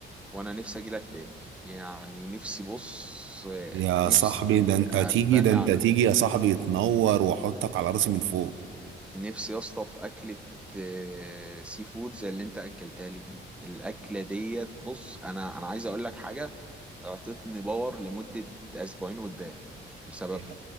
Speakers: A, in the centre; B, on the right.
A: وانا نفسي اجي لك تاني يعني نفسي بص آه،
B: يا
A: نفسي
B: صاحبي ده انت
A: افاني
B: تيجي ده انت
A: على
B: تيجي يا صاحبي تنور واحطك على راسي من فوق
A: نفسي يا اسطى في اكلة آه، سي فود زي اللي انت اكلتها لي دي الاكلة ديت بص انا انا عايز اقول لك حاجة اعطتني باور لمدة اسبوعين قدام بسببها
B: يا